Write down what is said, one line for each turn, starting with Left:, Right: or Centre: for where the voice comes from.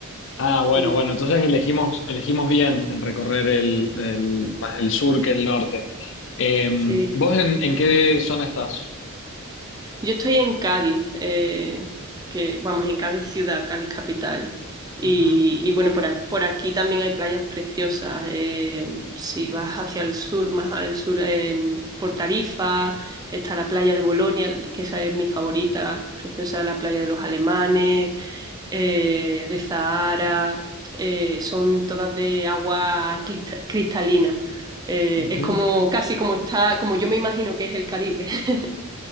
Left: Ah, bueno,
Right: Mm,
Left: bueno, entonces elegimos, elegimos bien en recorrer el, el- más el sur que el norte. Eh,
Right: sí.
Left: ¿vos en, en qué zona estás?
Right: Yo estoy en Cádiz, eh, que vamos, en Cádiz ciudad, Cádiz capital. Y,
Left: Ujú,
Right: y bueno, por, a- por aquí también hay playas preciosas. eh, si vas hacia el sur, más al sur, eh, por Tarifa, está la playa de Bolonia, que esa es mi favorita, preciosa, la playa de los alemanes, eh, de Zahara, eh, son todas de agua clista- cristalina. Eh,
Left: ujú.
Right: es como casi como está, como yo me imagino que es el Caribe. <laughs>